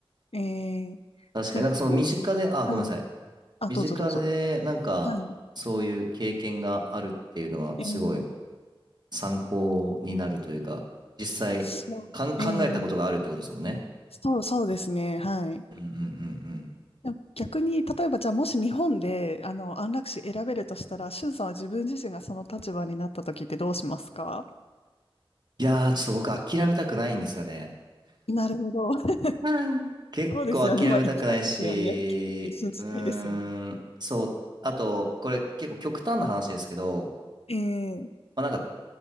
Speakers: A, on the left; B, on the right.
A: えー、
B: 確かになんかその身近で、
A: じゃあ、もう、
B: あ、
A: はい。
B: ごめんなさい。
A: あ、
B: 身近でなんかそういう経験があるっていうのはすごい
A: どうぞどうぞ。はい。えー、
B: 参考になるというか、実際かん考えたことがあるってことですもんね。
A: そう、えー、そう、そうですね。はい。
B: うんうんうんうん。
A: でも逆に、例えば、じゃあ、もし日本で、あの、安楽死選べるとしたら、しゅんさんは自分自身がその立場になった時ってどうしますか
B: いやー、ちょっと僕諦めたくないんですよね。
A: なるほど。<laughs>
B: はい。結構諦めたくないし、
A: そうですよね。まあ、行きたいですよね。信じたいですよね。
B: うーん、そう。あと、これ結構極端な話ですけど、
A: ええ
B: まあ、なんか